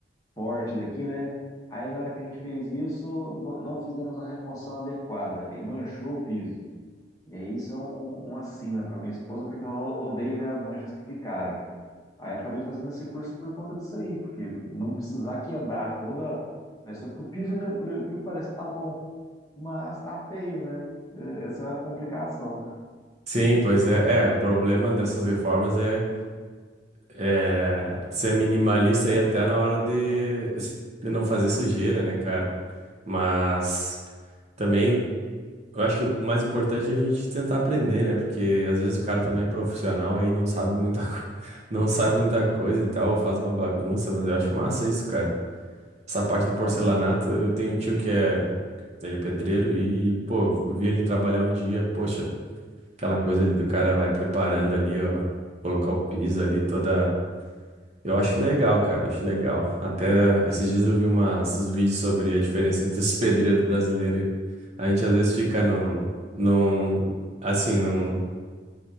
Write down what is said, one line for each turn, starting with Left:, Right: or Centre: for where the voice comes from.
Left: forte daqui, né? Aí na hora que a gente fez isso, no- não fizemos a remoção adequada e manchou o piso. E aí isso é um, um, uma sina para minha esposa, porque ela o- odeia ver as manchas que ficaram. Aí eu acabei fazendo esse curso por conta disso aí, porque não precisar quebrar toda a estrutura, porque o piso, ainda, por incrível que pareça, tá bom, mas tá feio, né? É, Essa é a complicação.
Right: Sim, pois é, é, o problema dessas reformas é, é ser minimalista e até na hora de, <laughs> de não fazer sujeira, né, cara? Mas também eu acho que o mais importante é a gente tentar aprender, né? Porque às vezes o cara também é profissional aí não sabe muita, co- <laughs> não sabe muita coisa e tal, faz uma bagunça, mas eu acho massa isso, cara. Essa parte do porcelanato,
Left: Pô,
Right: eu tenho um tio que é, ele é pedreiro e, pô, eu vi ele trabalhar um dia, poxa. Aquela coisa ali do cara vai preparando ali, ó, colocar o piso ali toda. Eu acho legal, cara, eu acho legal. Até esses dias eu vi umas, uns vídeos sobre a diferença entre os <laughs> pedreiros brasileiros e a gente às vezes fica num, num, assim, num